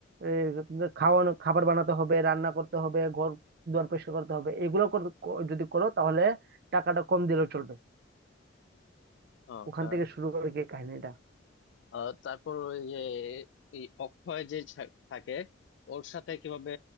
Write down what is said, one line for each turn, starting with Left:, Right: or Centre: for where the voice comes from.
Right: এই, খাওয়ানো খাবার বানাতে হবে রান্না করতে হবে ঘর দুয়ার পরিষ্কার করতে হবে এগুলো কর- ক- যদি করো তাহলে টাকাটা কম দিলেও চলবে
Left: ও
Right: ওখান
Left: তা
Right: থেকে শুরু করে কি কাহিনীটা
Left: আহ, তারপর ওই যে এই অক্ষয় যে ছা- থাকে ওর সাথে কিভাবে